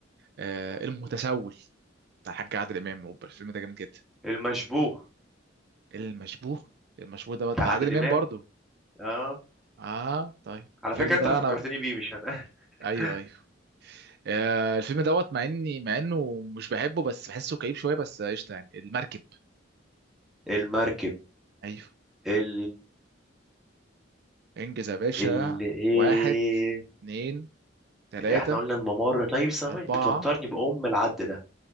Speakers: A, on the right (about 55°); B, in the centre.
A: آه المتسول بتاع الحاج عادل امام أوبا، الفيلم ده جامد جدا
B: المشبوه
A: المشبوه المشبوه ده بتاع
B: بتاع عادل
A: عادل امام
B: امام
A: برضو
B: اه
A: اه طيب
B: على
A: الفيلم
B: فكرة انت
A: ده
B: اللي فكرتني
A: انا
B: بيه مش انا
A: ايوه
B: <laughs>
A: ايوه آه الفيلم دوت مع اني مع انه مش بحبه بس بحسه كئيب شويه بس قشطه يعني المركب
B: المركب
A: ايوه
B: ال
A: انجز يا باشا
B: ال ايه
A: واحد اتنين تلاته
B: احنا قلنا الممر طيب ثواني
A: اربعه
B: بتوترني بأم العد ده